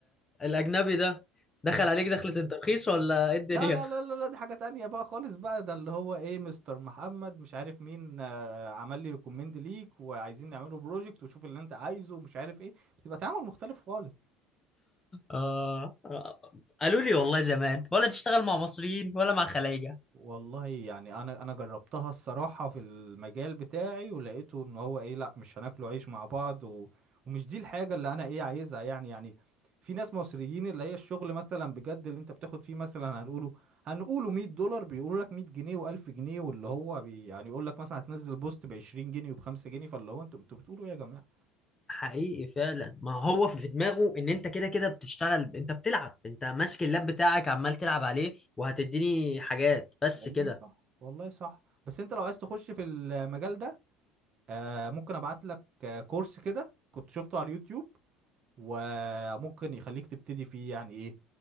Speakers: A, on the left; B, on the right.
A: الاجنبي ده دخل
B: مم.
A: عليك دخلة الترخيص ولا ايه الدنيا
B: لا لا لا لا لا دي حاجة تانية بقى خالص بقى ده اللي هو ايه مستر محمد مش عارف مين آه، عمل لي ريكومند ليك وعايزين نعمله بروجكت وشوف اللي انت عايزه ومش عارف ايه بتبقى تعامل مختلف خالص
A: آه آه، قالوا لي والله زمان ولا تشتغل مع مصريين ولا مع خلايجة
B: والله يعني انا انا جربتها الصراحه في المجال بتاعي ولقيته ان هو ايه لا مش هناكله عيش مع بعض و... ومش دي الحاجه اللي انا ايه عايزها يعني يعني في ناس مصريين اللي هي الشغل مثلا بجد اللي انت بتاخد فيه مثلا هنقوله هنقوله 100 دولار بيقولوا لك 100 جنيه و1000 جنيه واللي هو بي يعني يقول لك مثلا هتنزل بوست ب 20 جنيه وب 5 جنيه فاللي هو انتوا انتوا بتقولوا ايه يا جماعه
A: حقيقي فعلا ما هو في دماغه ان انت كده كده بتشتغل انت بتلعب انت ماسك اللاب بتاعك عمال تلعب عليه وهتديني حاجات بس
B: والله
A: كده
B: صح والله صح بس انت لو عايز تخش في المجال ده آه ممكن ابعت لك آه كورس كده كنت شفته على اليوتيوب وممكن يخليك تبتدي فيه يعني ايه